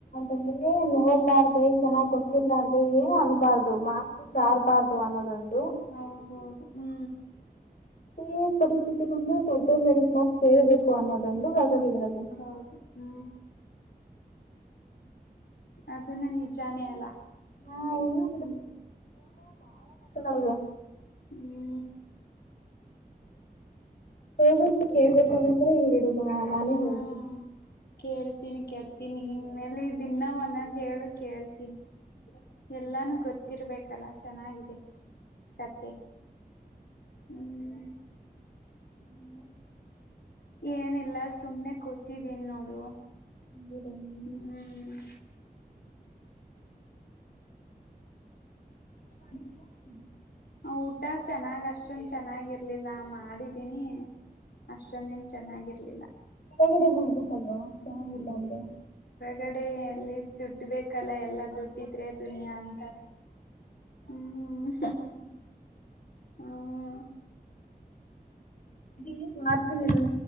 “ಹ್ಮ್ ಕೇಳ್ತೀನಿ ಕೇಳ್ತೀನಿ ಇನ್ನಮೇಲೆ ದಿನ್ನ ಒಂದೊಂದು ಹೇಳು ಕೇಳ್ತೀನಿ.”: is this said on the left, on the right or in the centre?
Left